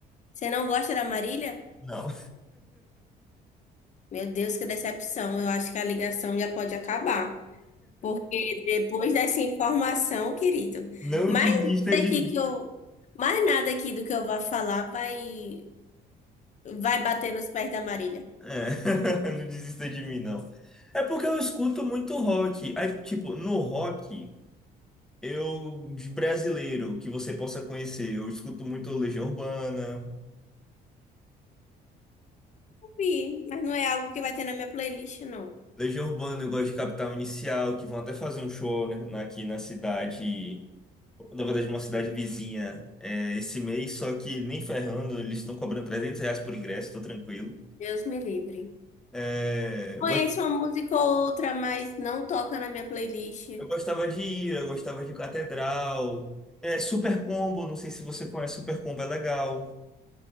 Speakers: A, on the left; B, in the centre.
A: Você não gosta da Marília?
B: Não.
A: Meu Deus, que decepção. Eu acho que a ligação já pode acabar. Porque depois dessa informação, querido,
B: Não
A: mais
B: desista
A: nada
B: de
A: aqui
B: mim.
A: que eu, mais nada aqui do que eu vá falar vai vai bater nos pés da Marília.
B: É, <laughs> não desista de mim, não. É porque eu escuto muito rock. Aí, tipo, no rock. Eu, de brasileiro, que você possa conhecer, eu escuto muito Legião Urbana.
A: Ouvi, mas não é algo que vai ter na minha playlist, não.
B: Legião Urbana, eu gosto de Capital Inicial, que vão até fazer um show, né, na- aqui na cidade, na verdade, uma cidade vizinha, é, esse mês, só que nem ferrando, eles estão cobrando 300 reais por ingresso, tô tranquilo.
A: Deus me livre.
B: É, eu,
A: Conheço
B: gos-
A: uma música ou outra, mas não toca na minha playlist.
B: eu gostava de ir, eu gostava de Catedral. É, Super Combo, não sei se você conhece, Super Combo é legal.